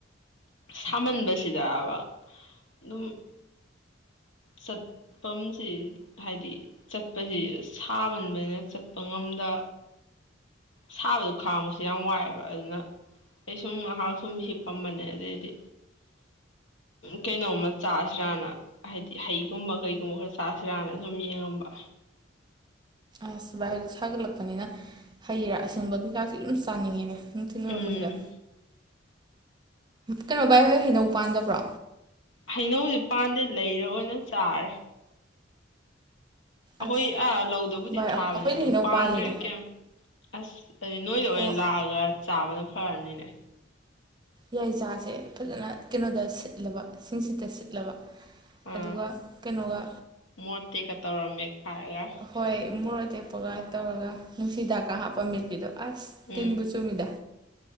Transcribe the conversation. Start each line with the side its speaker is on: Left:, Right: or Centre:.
Left: ꯁꯥꯃꯟꯕꯁꯤꯗꯕ ꯑꯗꯨꯝ ꯆꯠꯐꯝꯁꯤ ꯍꯥꯏꯗꯤ ꯆꯠꯄꯁꯤ ꯁꯥꯃꯟꯕꯅꯤꯅ ꯆꯠꯄ ꯉꯝꯗ ꯁꯥꯕꯗꯣ ꯈꯥꯡꯕꯁꯨ ꯌꯥꯝ ꯋꯥꯏꯑꯦꯕ ꯑꯗꯨꯅ ꯑꯩ ꯁꯨꯝ ꯉꯥꯏꯍꯥꯛ ꯁꯨꯝ ꯁꯤ ꯄꯝꯕꯅꯦ ꯑꯗꯩ ꯍꯥꯏꯗꯤ ꯀꯩꯅꯣꯝꯃ ꯆꯥꯁꯤꯔꯥꯅ ꯍꯥꯏꯗꯤ ꯍꯩꯒꯨꯝꯕ ꯀꯩꯒꯨꯝꯕ ꯈꯔ ꯆꯥꯁꯤꯔꯥꯅ ꯁꯨꯝ ꯌꯦꯡꯉꯝꯕ
Right: ꯑꯁ ꯚꯥꯏꯗꯤ ꯁꯥꯒꯠꯂꯛꯄꯅꯤꯅ ꯍꯩꯔꯥ ꯑꯁꯪꯕ ꯀꯩꯀꯥꯁꯤꯦ ꯑꯗꯨꯨꯝ ꯆꯥꯅꯤꯡꯉꯦꯅꯦ ꯑꯗꯨꯝ ꯊꯦꯡꯅꯔꯛꯄꯁꯤꯗ
Left: ꯎꯝ
Right: ꯀꯩꯅꯣ ꯕꯥ ꯍ ꯍꯩꯅꯧ ꯃꯄꯥꯟꯗꯕ꯭ꯔꯣ
Left: ꯍꯩꯅꯧꯖꯤ ꯄꯥꯟꯗꯦ ꯂꯩꯔ ꯑꯣꯏꯅ ꯆꯥꯔꯦ ꯑꯩꯈꯣꯏ
Right: ꯑꯁ
Left: ꯑꯥ ꯂꯧꯗꯕꯨꯗꯤ
Right: ꯚꯥꯏ
Left: ꯊꯥꯕꯅꯦ
Right: ꯑꯩꯈꯣꯏꯗꯤ
Left: ꯑꯗꯨ
Right: ꯍꯩꯅꯧ
Left: ꯄꯥꯟꯗ꯭ꯔꯦ
Right: ꯄꯥꯜꯂꯤꯅꯦ
Left: ꯀꯩ ꯑꯁ ꯍꯥꯏꯗꯤ ꯅꯣꯏꯗ ꯑꯣꯏꯅ
Right: ꯑꯣ
Left: ꯂꯥꯛꯑꯒ ꯆꯥꯕꯅ ꯐꯔꯅꯤꯅꯦ
Right: ꯌꯥꯏ ꯆꯥꯁꯦ ꯐꯖꯅ ꯀꯩꯅꯣꯗ ꯁꯤꯠꯂꯕ ꯁꯤꯡꯁꯤꯠꯇ ꯁꯤꯠꯂꯕ
Left: ꯑꯥ
Right: ꯑꯗꯨꯒ ꯀꯩꯅꯣꯒ
Left: ꯃꯣꯔꯣꯇꯦꯛꯀ ꯇꯧꯔ ꯃꯦꯠꯈꯥꯏꯔꯒ
Right: ꯍꯣꯏ ꯃꯣꯔ ꯑ ꯇꯦꯛꯄꯒ ꯇꯧꯔꯒ ꯅꯨꯡꯁꯤꯗꯥꯛꯀ ꯍꯥꯞꯄ ꯃꯦꯠꯄꯤꯗꯣ ꯑꯁ ꯇꯤꯟꯕꯨ
Left: ꯎꯝ
Right: ꯆꯨꯃꯤꯗ